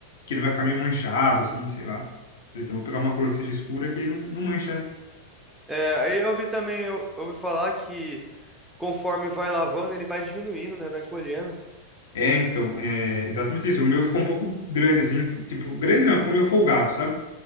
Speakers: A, on the left; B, in the centre.
A: que ele vai ficar meio manchado, assim, sei lá. Falei, então vou pegar uma cor que seja escura que aí não, não mancha, né?
B: É, aí eu ouvi também, eu eu ouvi falar que conforme vai lavando, ele vai diminuindo, né? Vai encolhendo.
A: É, então, é exatamente isso. O meu ficou um pouco grande, assim, tipo, grande não, ficou meio folgado, sabe?